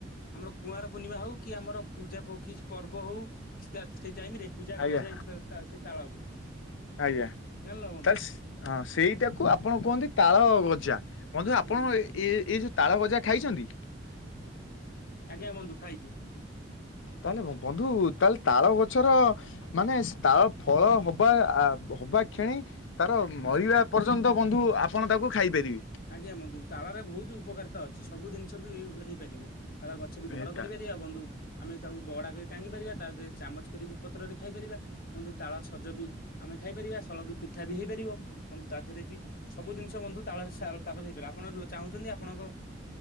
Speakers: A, on the left; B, on the left.
A: ଆମର କୁଆର ପୂର୍ଣ୍ଣିମା ହଉ କି ଆମର ପୂଜା କି ପର୍ବ ହଉ କି ସେଇ ଟାଇମ ରେ ପୂଜା
B: ଆଜ୍ଞା
A: କରାଯାଏ ସେଇ ତା ତାଳକୁ ଜାଣିଲ
B: ଆଜ୍ଞା
A: ବନ୍ଧୁ।
B: ତାହେଲେ ହଁ ସେଇଟାକୁ ଆପଣ କୁହନ୍ତି ତାଳ ଗଜା ବନ୍ଧୁ ଆପଣ
A: ହୁଁ
B: ଏ ଏ ଏ ଯେଉଁ ତାଳ ଗଜା ଖାଇଛନ୍ତି?
A: ଆଜ୍ଞା ବନ୍ଧୁ ଖାଇଚୁ।
B: ତାହେଲେ ବନ୍ଧୁ ତାହେଲେ ତାଳ ଗଛର ମାନେ ତାଳ ଫଳ ହବା ହବା କ୍ଷଣି ତାର ମରିବା ପର୍ଯ୍ୟନ୍ତ ବନ୍ଧୁ ଆପଣ ତାକୁ ଖାଇପାରିବେ।
A: ଆଜ୍ଞା ବଧୁ ତାଳରେ ବହୁତ ଉପକାରିତା ଅଛି ସବୁ ଜିନିଷ ବି ହେଇପାରିବ। ତାଳ ଗଛ ବି
B: ଏ
A: ଘର
B: ତା
A: କରିପାରିବା। ବନ୍ଧୁ ଆମେ ତାକୁ ବରଡା କରି ଟାଙ୍ଗି ପାରିବା ତାରେ ଚାମଚ କରି ବି ପତ୍ରରେ ଖାଇପାରିବା। ହୁନ୍ତୁ ତାଳ ସଜ ବି ଆମେ ଖାଇପାରିବା ସଳ ବି ପିଠା ବି ହେଇପାରିବ ବନ୍ଧୁ ତା ଦେହରେ ବି ସବୁ ଜିନିଷ ବନ୍ଧୁ ତାଳ <unintelligible> ତାଳରେ ହେଇପାରେ ଆପଣ ଚାହୁଁଛନ୍ତି ଆପଣଙ୍କ